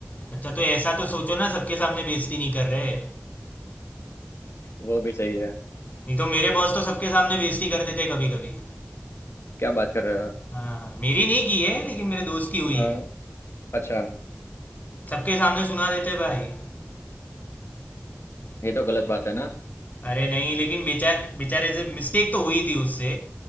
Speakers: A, on the left (about 40°); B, on the left (about 85°).
A: अच्छा तो ऐसा तो सोचो ना सबके सामने बेइज्जती नहीं कर रहे
B: वो भी सही है
A: नहीं तो मेरे बॉस तो सबके सामने बेइज्जती कर देते कभी कभी
B: क्या बात कर रहे हो
A: हाँ मेरी नहीं की है लेकिन मेरे दोस्त की हुई
B: हाँ
A: है
B: अच्छा
A: सबके सामने सुना देते भाई
B: ये तो गलत बात है ना
A: अरे नहीं लेकिन बेचार बेचारे से मिस्टेक तो हुई थी उससे